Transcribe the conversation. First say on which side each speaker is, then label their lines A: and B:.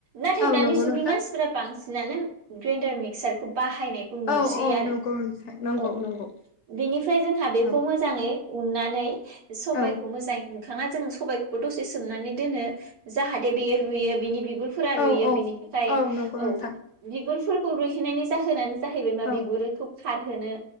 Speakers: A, on the right (about 80°); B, on the left (about 65°).
A: नाथाय
B: औ
A: दानि
B: नंगौ
A: जुगनि
B: नोंथां
A: मानसिफोरा बांसिनानो ग्रेडार मिक्सारखौ बाहायनायखौ नुसै
B: औ औ
A: आरो
B: नंगौ नोंथां नंगौ
A: औ।
B: नंगौ
A: बेनिफ्राय जोंहा बेखौ
B: औ
A: मोजाङै उननानै सबायखौ
B: औ
A: मोजाङै उनखाना जों सबबायखौबो दसे सोमनानै दोनो जाहाथे बेयो रुइयो। बिनि बिगुरफोरा रुइयो
B: औ औ
A: बिनि थाखाय
B: नंगौ
A: औ
B: नोंथां
A: बिगुरफोरखौ रुहोनानै जाहोनानो जाहैबाय मा बिबुरैखौ
B: औ
A: खारहोनो